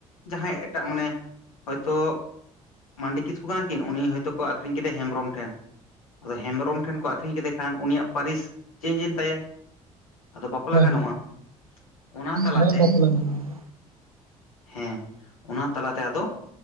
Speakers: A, on the left; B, on the right.
A: ᱡᱟᱦᱟᱸᱭ ᱮᱴᱟᱜ ᱢᱟᱱᱮ ᱦᱚᱭᱛᱳ ᱢᱟᱱᱰᱤ ᱠᱤᱥᱠᱩ ᱠᱟᱱᱟ ᱠᱤᱱ ᱩᱱᱤ ᱦᱚᱭᱛᱳ ᱠᱚ ᱟᱠᱷᱨᱤᱧ ᱠᱮᱫᱟ ᱦᱮᱢᱵᱨᱚᱢ ᱴᱷᱮᱱ, ᱟᱫᱚ ᱦᱮᱢᱵᱨᱚᱢ ᱴᱷᱮᱱ ᱠᱚ ᱟᱠᱷᱨᱤᱧ ᱠᱮᱫᱮ ᱠᱷᱟᱱ ᱩᱱᱤᱭᱟᱜ ᱯᱟᱹᱨᱤᱥ ᱪᱮᱧᱡᱽ ᱮᱱ ᱛᱟᱭᱟ, ᱟᱫᱚ ᱵᱟᱯᱞᱟ
B: ᱦᱮᱸ
A: ᱜᱟᱱᱚᱜᱼᱟ
B: ᱦᱮᱸ
A: ᱚᱱᱟ ᱛᱟᱞᱟᱛᱮ
B: ᱦᱮᱸ ᱵᱟᱯᱞᱟ ᱢᱮᱱᱟᱜ
A: ᱦᱮᱸ᱾ ᱚᱱᱟ ᱛᱟᱞᱟᱛᱮ ᱟᱫᱚ